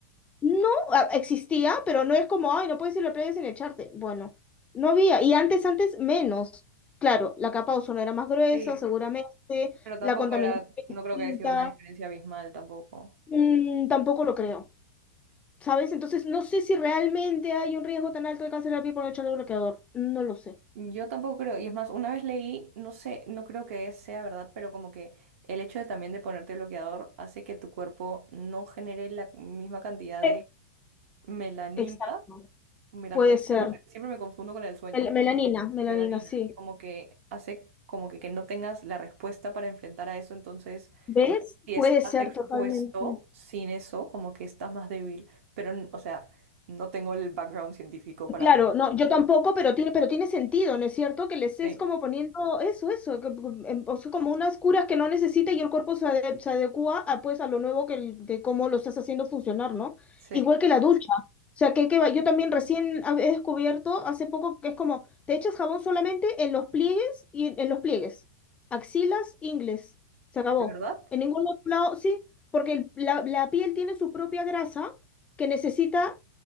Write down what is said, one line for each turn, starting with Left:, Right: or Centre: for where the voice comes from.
Left: No, ah, existía, pero no es como, ay, no puedes ir a la playa sin echarte, bueno, no había, y antes, antes, menos, claro, la capa de ozono era más gruesa,
Right: Sí,
Left: seguramente,
Right: pero tampoco
Left: la contaminación
Right: era,
Left: era distinta,
Right: no creo que haya sido una diferencia abismal tampoco.
Left: Mm, tampoco lo creo. ¿sabes? Entonces no sé si realmente hay un riesgo tan alto de cáncer al piel por echarle bloqueador. No lo sé.
Right: Yo tampoco creo, y es más, una vez leí, no sé, no creo que sea verdad, pero como que el hecho de también de ponerte bloqueador hace que tu cuerpo no genere la misma cantidad
Left: Eh,
Right: de melanina,
Left: Exacto.
Right: melatonina,
Left: Puede ser.
Right: no sé, siempre me confundo con el sueño,
Left: Mel- melanina, melanina,
Right: melanina,
Left: sí.
Right: como que hace como que, que no tengas la respuesta para enfrentar a eso, entonces
Left: ¿Ves?
Right: si
Left: Puede
Right: estás
Left: ser
Right: expuesto
Left: totalmente.
Right: sin eso, como que estás más débil, pero n- o sea, no tengo el background científico para...
Left: Claro, no, yo tampoco, pero tiene, pero tiene sentido, ¿no es cierto? Que les es
Right: Sí,
Left: como poniendo eso, eso, que- mm, em, o sea, como unas curas que no necesita y el cuerpo se, ade- se adecua a, pues, a lo nuevo que, el- de cómo lo estás haciendo funcionar, ¿no?
Right: sí,
Left: Igual
Right: ¿de
Left: que la ducha. O sea, que, que va- yo también recién hab- he descubierto hace poco que es como, te echas jabón solamente en los pliegues y en, en los pliegues. Axilas, ingles. Se acabó.
Right: verdad?
Left: En ningún otro lado, sí, porque el- la la piel tiene su propia grasa que necesita,